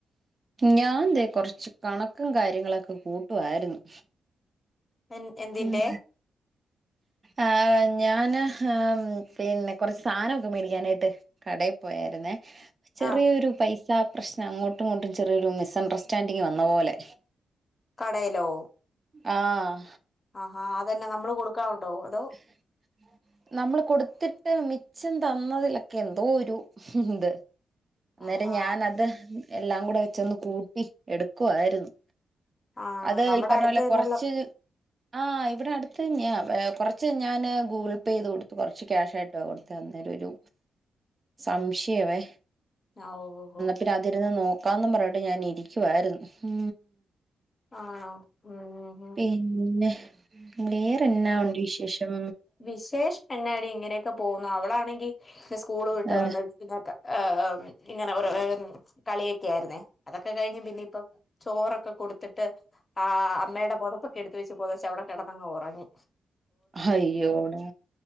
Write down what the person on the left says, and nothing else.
എൻ എന്തിന്റെ
ആഹ്
കടേലോ
ആഹാ, അതെന്ന നമ്മള് കൊടുക്കാനുണ്ടോ അതോ
ആഹാ
ആണോ
നമ്മുടെ
അടുത്ത് തന്നെയുള്ള
ഓ ഓ ഓ <unintelligible>
ആ ആഉം
വിശേഷ എ ന്നാടി ഇങ്ങനെയൊക്കെ പോകുന്നു അവളാണെങ്കി സ്കൂള് വിട്ട്
വന്ന്ട്ട് പിന <unintelligible> കൈ ഇങ്ങനെ ഒരു കളിയൊക്കെ ആയിുന്നേ അതൊക്കെ കഴിഞ്ഞ് പിന്നെ ഇപ്പം ചോറൊക്കെ കൊടുത്തിട്ട് ആ അമ്മെടെ പൊതപ്പ് എടുത്ത വെച്ച് പൊതച്ച് അവടെ കിടന്നു